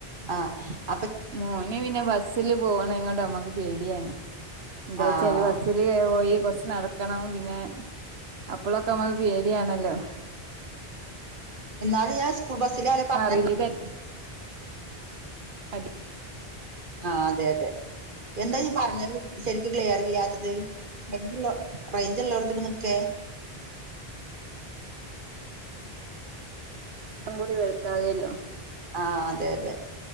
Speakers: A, on the right (about 55°); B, on the right (about 80°).
A: ആ
B: മോന് പിന്നെ ബസ്സില് പോകണ നോട്‌ ഇങ്ങോട്ട് അമ്മക്ക് പേടിയാണ് എന്താച്ചാല്
A: ആഹ്
B: ബസ്സില് പോയി കുറ ച്ച് നടക്കണം പിന്നെ അപ്പളൊ ക്കെ മ്മക്ക് പേടിയാണല്ലോ
A: എന്നാല ഞാൻ സ്കൂൾ ബസ്സില പറഞ്ഞയക്കാൽ
B: അറിയില്ല അതെ
A: ആ അതെ അതെ എന്താ ഇജ്ജ് പറഞ്ഞത് ശരിക്കും ക്ലിയർ ഇല്ലാത്തത് റേഞ്ച്ള്ളോ റേഞ്ച്ള്ളോട്ത്ക്ക് നിക്കെ
B: ഇം കൂടി വലുതായല്ലോ <unintelligible>
A: ആ അതെ അതെ